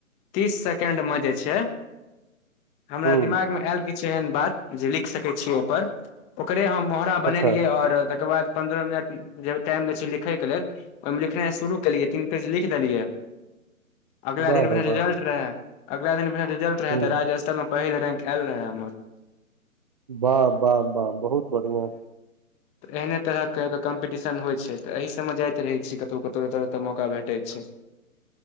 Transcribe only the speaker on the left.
तीस सेकेंड मे जे छै हमरा
दिमाग में आएल किछ एहन बात, जे लिख सकै छियै ओइपर। ओकरे हम मोहरा बनेलियै,
और तकर बाद पन्द्रह मिनट जे टाइम दै छै लिखयके लेल, ओइमें लिखनाइ शुरू केलियै तीन पेज लिख देलियै।
अगिला दिन भने
रिजल्ट रहै, अगिला दिन भने रिजल्ट रहै,
तऽ राज्य स्तर में पहिल रैंक आएल रहै हमर।
तऽ एहने तरहके एक तऽ कम्पिटिशन होइ छै, तऽ एहि सबमें जाइत रहै छी, कतहु- कतहु, जत -जत मौका भेटै छै।